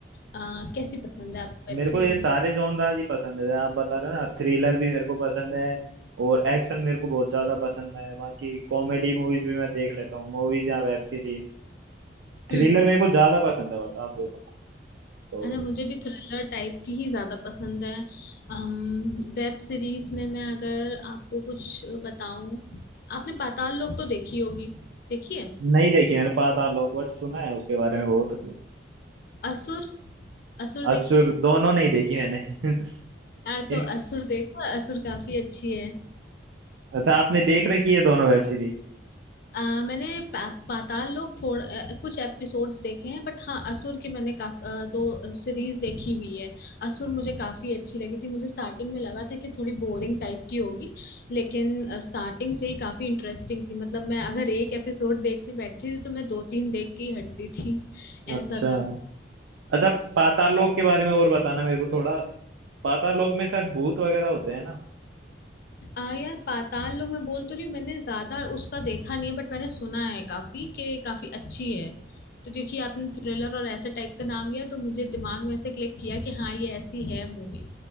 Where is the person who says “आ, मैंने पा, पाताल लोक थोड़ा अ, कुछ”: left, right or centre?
Left